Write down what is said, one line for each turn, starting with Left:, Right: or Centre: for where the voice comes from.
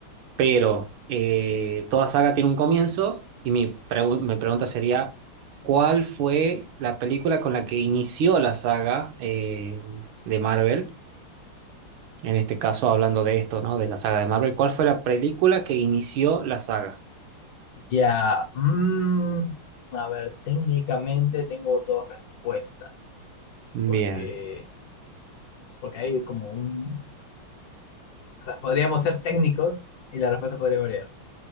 Right: Pero eh, toda saga tiene un comienzo y mi, pregu- mi pregunta sería, ¿cuál fue la película con la que inició la saga eh, de Marvel? En este caso, hablando de esto, ¿no? De la saga de Marvel, ¿cuál fue la película que inició la saga?
Left: Ya, mm, a ver, técnicamente tengo dos respuestas,
Right: Bien,
Left: porque, porque hay como un... O sea, podríamos ser técnicos y la respuesta podría variar.